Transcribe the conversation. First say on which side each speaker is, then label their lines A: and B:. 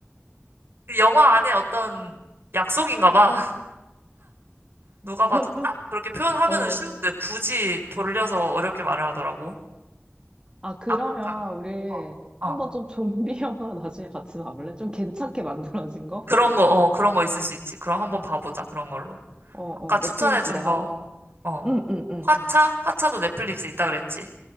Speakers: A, on the right; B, on the right.
A: 그 영화 안에 어떤 약속인가 봐. <laughs> 누가 봐도
B: <laughs>
A: 딱 그렇게 표현하면은
B: 어,
A: 쉬운데 굳이 돌려서 어렵게 말을 하더라고.
B: 아, 그러면
A: 약간.
B: 우리
A: 어,
B: 한번
A: 어.
B: 좀 좀비 <laughs> 영화 나중에 같이 봐볼래? 좀 괜찮게 만들어진 거?
A: 그런 거, 어, 그런 거 있을 수 있지. 그럼 한번
B: 응.
A: 봐보자, 그런 걸로.
B: 어, 어,
A: 아까 추천해준
B: 넷플릭스 내가
A: 거,
B: 한번,
A: 어,
B: 응, 응, 응.
A: 화차? 화차도 넷플릭스에 있다 그랬지.